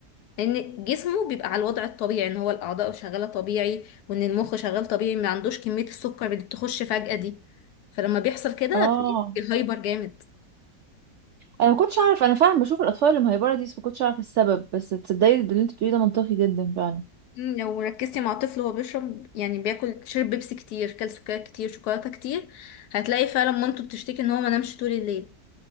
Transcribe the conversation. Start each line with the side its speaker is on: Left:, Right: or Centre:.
Left: لان جسمه بيبقى على الوضع الطبيعي ان هو الاعضاء شغاله طبيعي وان المخ شغال طبيعي ما عندوش كميه السكر اللي بتخش فجاه دي فلما بيحصل كده
Right: اه
Left: بيبقى هايبر جامد
Right: أنا ما كنتش أعرف أنا فعلا بشوف الأطفال اللي مهيبرة دي بس ما كنتش أعرف السبب بس تصدقي اللي أنت بتقوليه ده منطقي جدا فعلا
Left: مم، لو ركزتي مع طفل وهو بيشرب يعني بياكل شرب بيبسي كتير كل سكريات كتير شوكولاته كتير هتلاقي فعلا مامته بتشتكي ان هو ما نامش طول الليل